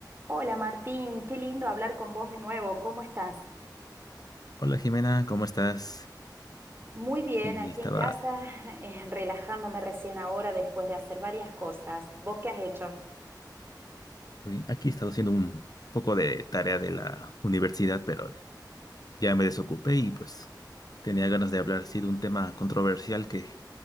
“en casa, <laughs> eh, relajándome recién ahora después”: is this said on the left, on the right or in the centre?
Right